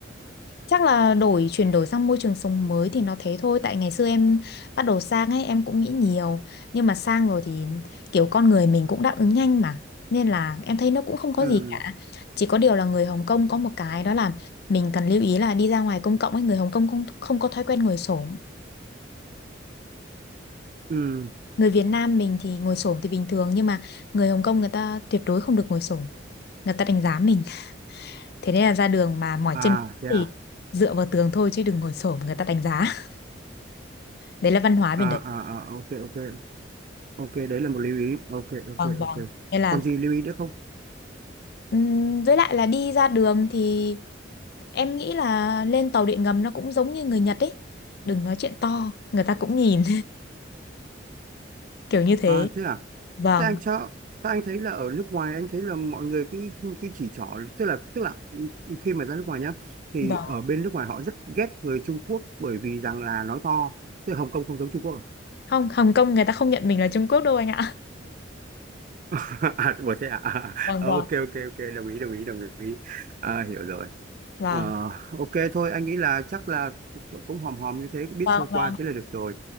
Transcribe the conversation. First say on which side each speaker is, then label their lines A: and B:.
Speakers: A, on the left (about 55°); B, on the right (about 45°).
A: chắc là đổi chuyển đổi sang môi trường sống mới thì nó thế thôi. Tại ngày xưa em bắt đầu sang ấy em cũng nghĩ nhiều, nhưng mà sang rồi thì kiểu con người mình cũng đáp ứng nhanh mà. Nên là em thấy nó cũng không có
B: ừ
A: gì cả. Chỉ có điều là người Hồng Kông có một cái đó là mình cần lưu ý là đi ra ngoài công cộng ấy người Hồng Kông không không có thói quen ngồi xổm
B: ừ
A: người Việt Nam mình thì ngồi xổm thì bình thường nhưng mà người Hồng Kông người ta tuyệt đối không được ngồi xổm người ta đánh giá mình thế nên là ra đường mà mỏi
B: à
A: chân
B: thế
A: thì
B: à
A: dựa vào tường thôi chứ đừng ngồi xổm người ta đánh giá <laughs> đấy là văn hóa bên
B: à
A: đấy
B: à à ok ok ok đấy là một lưu ý ok ok
A: vâng vâng
B: ok
A: nên là
B: còn gì lưu ý nữa không
A: ừm, với lại là đi ra đường thì em nghĩ là lên tàu điện ngầm nó cũng giống như người Nhật ấy đừng nói chuyện to người ta cũng nhìn <laughs> kiểu như thế
B: à thế à
A: vâng
B: thế anh cho, thế anh thấy là ở nước ngoài anh thấy là mọi người cái cái chỉ trỏ tức là tức là khi mà ra nước ngoài nhá thì
A: vâng
B: ở bên nước ngoài họ rất ghét người Trung Quốc bởi vì rằng là nói to tức là Hồng Kông không giống Trung Quốc
A: không Hồng Kông người ta không nhận mình là Trung Quốc đâu anh ạ
B: <laughs> à ủa thế à, à,
A: <laughs>
B: à.
A: vâng
B: Ờ,
A: vâng
B: ok ok ok đồng ý đồng ý đồng ý à, hiểu rồi
A: vâng
B: Ờ, ok thôi anh nghĩ là chắc là cũng hòm hòm như thế biết
A: vâng
B: sơ
A: vâng
B: qua thế là được rồi